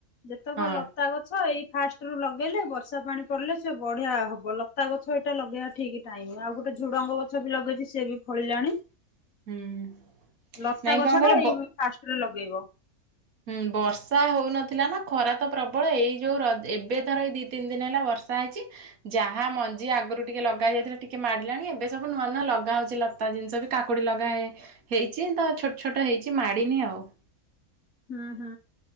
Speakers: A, on the left (about 60°); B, on the right (about 65°).
A: ଯେତେକ
B: ହଁ
A: ଲତା ଲତା ଗଛ ଏଇ ଫାଷ୍ଟ ରୁ ଲଗେଇଲେ ବର୍ଷା ପାଣି ପଡ଼ିଲେ ସେ ବଢିଆ ହବ ଲତା ଗଛ ଏଇଟା ଲଗେଇବା ଠିକ। ଟାଇମ ଆଉ ଗୋଟେ ଝୁଡଙ୍ଗ ଗଛ ବି ଲଗେଇଛି ସିଏ ବି ଫଳିଲାଣି।
B: ହୁଁ ନାଇଁ
A: ଲତା ଗଛ
B: କଣ
A: ଟା
B: କହିଲ?
A: ଏଇ ଫାଷ୍ଟରେ ଲଗେଇବଗ।
B: ହୁଁ ବର୍ଷା ହଉନଥିଲା ନା ଖରା ତ ପ୍ରବଳ ଏଇ ଯୋଉ ର ଏବେ ଧର ଏଇ ଦି ତିନି ଦିନ ହେଲା ବର୍ଷା ହେଇଛି। ଯାହା ମଞ୍ଜି ଆଗରୁ ଟିକେ ଲଗା ଯାଇଥିଲା ଟିକେ ମାଡ଼ିଲାଣି ଏବେ ସବୁ ନୂଆ ନୂଆ ଲଗା ହଉଛି ଲ ତା ଜିନିଷ ବି କାକୁଡି ଲଗା ହେ ହେଇଛି ତ ଛୋଟ ଛୋଟ ହେଇଛି ମାଡିନି ଆଉ।
A: ହୁଁ ହୁଁ